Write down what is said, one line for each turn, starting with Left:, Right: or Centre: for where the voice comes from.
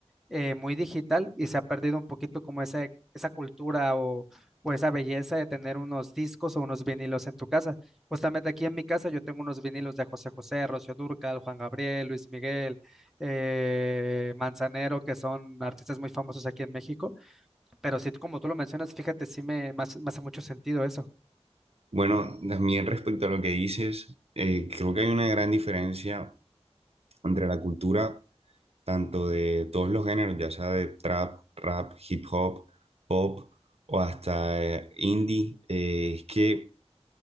Centre: eh, muy digital y se ha perdido un poquito como esa, esa cultura o, o esa belleza de tener unos discos o unos vinilos en tu casa. Justamente aquí en mi casa yo tengo unos vinilos de José José, Rocío Dúrcal, Juan Gabriel, Luis Miguel, eh, Manzanero, que son artistas muy famosos aquí en México. Pero sí, como tú lo mencionas, fíjate, sí me, me hace me hace mucho sentido eso.
Right: Bueno, también respecto a lo que dices, eh, creo que hay una gran diferencia entre la cultura, tanto de todos los géneros, ya sea de trap, rap, hip hop, pop o hasta eh, indie, eh, es que